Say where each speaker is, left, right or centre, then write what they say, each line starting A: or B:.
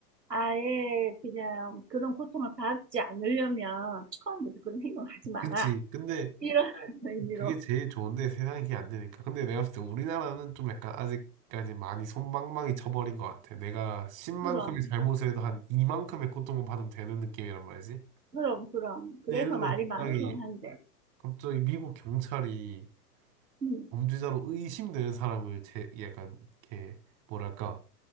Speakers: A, on the right (about 80°); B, on the right (about 40°).
A: 아예 그냥 그런 고통을 받지 않으려면 처음부터 그런 행동을 하지 마라.
B: 그치. 근데
A: 이런 <laughs> 의미로.
B: 그게 제일 좋은데 세상에 그게 안 되니까. 근데 내가 봤을 때 우리나라는 좀 약간 아직까지 많이 손방망이 쳐버린 것 같아. 내가 십만큼의
A: 그럼,
B: 잘못을 해도 한 이만큼의 고통을 받으면 되는 느낌이란 말이지.
A: 그럼, 그럼. 그래서
B: 근데 예를 들어서
A: 말이 많기는
B: 갑자기,
A: 한데.
B: 갑자기 미국 경찰이
A: 음,
B: 범죄자로 의심되는 사람을 제, 약간 이렇게 뭐랄까,